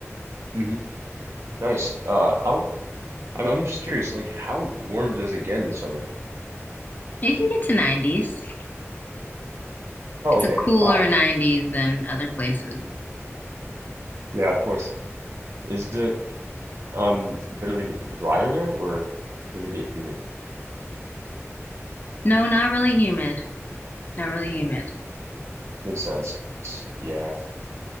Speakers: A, on the right (about 65°); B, on the left (about 35°).
A: hmm nice. Uh, how? I'm I'm just curious. Like, how warm does it get in the summer?
B: You can get to 90s.
A: Oh,
B: It's
A: okay.
B: a cooler
A: Wow.
B: 90s than other places.
A: Yeah, of course. Is it um generally drier there or does it get humid?
B: No, not really humid. Not really humid.
A: Makes sense. Yeah.